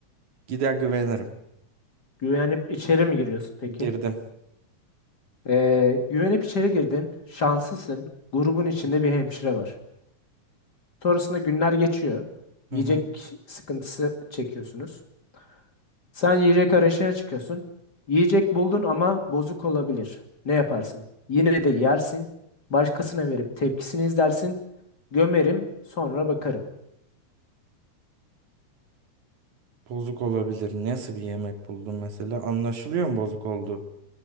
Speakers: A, on the right; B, on the left.
A: gider güvenirim.
B: Güvenip içeri mi giriyorsun peki?
A: Girdim.
B: Ee, güvenip içeri girdin. Şanslısın. Grubun içinde bir hemşire var. Sonrasında günler geçiyor.
A: Hı
B: Yiyecek
A: hı.
B: sıkıntısı çekiyorsunuz. Sen yiyecek arayışına çıkıyorsun. Yiyecek buldun ama bozuk olabilir. Ne yaparsın? Yine de yersin. Başkasına verip tepkisini izlersin. Gömerim, sonra bakarım.
A: Bozuk olabilir. Nasıl bir yemek buldum mesela? Anlaşılıyor mu bozuk olduğu?